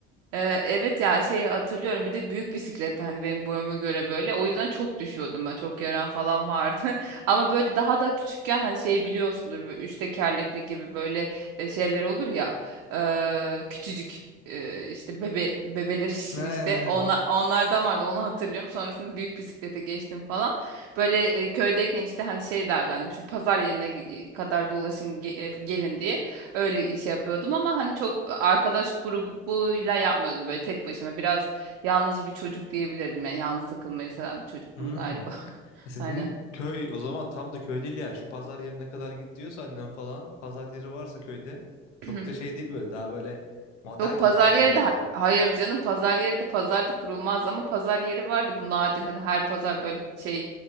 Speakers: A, on the right (about 60°); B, on the left (about 75°).
A: Ee, evet ya şey hatırlıyorum bir de büyük bisikletti hani benim boyuma göre böyle o yüzden çok düşüyordum ben çok yaran falan vardı <laughs> ama böyle daha da küçükken hani şey biliyorsundur böyle üç tekerlekli gibi böyle e, şeyler olur ya e, küçücük e, işte bebe bebeler için
B: Aynen
A: işte
B: aynen.
A: ona onlardan vardı onu hatırlıyorum sonrasında büyük bisiklete geçtim falan böyle e, köydeyken işte hani şey derdi annem şu pazar yerine g- kadar dolaşın ge- e, gelin diye Öyle iş yapıyordum ama hani çok arkadaş grubuyla yapmıyordum böyle tek başıma. Biraz yalnız bir çocuk diyebilirdim yani yalnız takılmayı seven bir çocuktum
B: Hmm.
A: galiba. <laughs>
B: Sizin
A: Aynen.
B: köy o zaman tam da köy değil yani. Şu pazar yerine kadar git diyorsa annem falan. Pazar yeri varsa köyde çok
A: <clears throat>
B: da şey değil böyle. Daha böyle modern
A: Yok pazar
B: bir köymüş
A: yeri
B: herhalde.
A: de hayır canım pazar yeri de pazarda kurulmaz ama pazar yeri vardı bu nadir hani her pazar böyle şey